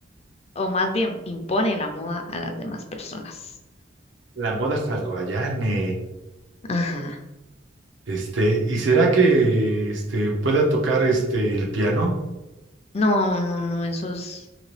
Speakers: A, on the left; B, on the right.
A: o más bien impone la moda a las demás personas.
B: La moda hawaiane.
A: Ajá.
B: Este, ¿y será que este pueda tocar este el piano?
A: No, no, no, eso es,